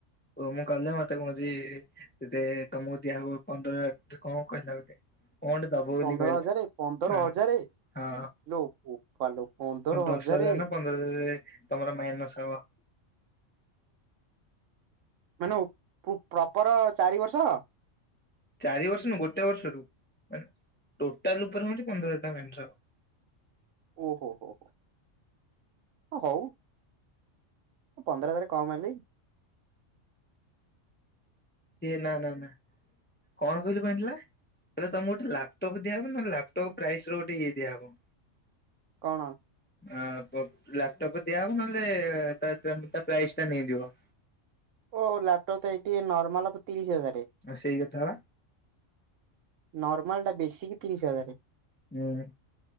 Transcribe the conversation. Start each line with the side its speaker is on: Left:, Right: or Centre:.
Left: ଓ ମୁଁ କହିଲି ମତେ କହଛିେ ତମକୁ ଦିଆହବ ପନ୍ଦର ହ କଣ କହିଲା ଗୋଟେ କଣ ଗୋଟେ ଦବ ବୋଲି
Right: ପନ୍ଦର
Left: କହିଲା।
Right: ହଜାରେ ପନ୍ଦର ହଜାରେ ଲୋ ବୋପାଲୋ ପନ୍ଦର
Left: ହଁ
Right: ହଜାରେ
Left: ଦଶ ହଜାର ନା ପନ୍ଦର ହଜାର ତମର ମାଇନସ ହବ।
Right: <inaudible> ମାନେ ପ୍ରପର ଚାରି ବର୍ଷ?
Left: ଚାରି ବର୍ଷ ନା ଗୋଟେ ବର୍ଷରୁ ମାନେ ଟୋଟାଲ ଉପରେ ହଉଛି ପନ୍ଦର ହଜାର ଟଙ୍କା ମାଇନସ ହବ।
Right: ଓ ହୋ ହୋ ହୋ ହ ହଉ। ମୁଁ ପନ୍ଦର ହଜାରେ କମ ହେଲେଈ।
Left: ସେଏ ନା ନା ନା କଣ କହିଲୁ ପାଣ୍ଡୁଆ? ହେଲେ ତମକୁ ଗୋଟେ ଲାପଟପ ଦିଆହେବ ନା ଲାପଟପ୍ ପ୍ରାଇସ ର ଗୋଟେ ଇଏ ଦିଆ ହବ?
Right: କଣ?
Left: ଆ ବ ଲାପଟପ୍ ଦିଆହେବ ନହେଲେ ତା- ତା- ତା ପ୍ରାଇସ୍ ଟା ନେଇଯିବ।
Right: ଓ ଲ୍ୟାପଟପ ତ ଏଠି ନର୍ମଲ ହବ ତିରିଶ ହଜାର।
Left: ଆଉ ସେଇ କଥା ବା।
Right: ନର୍ମଲ ଟା ବେଶୀକି ତିରିଶ ହଜାର।
Left: ହୁଁ।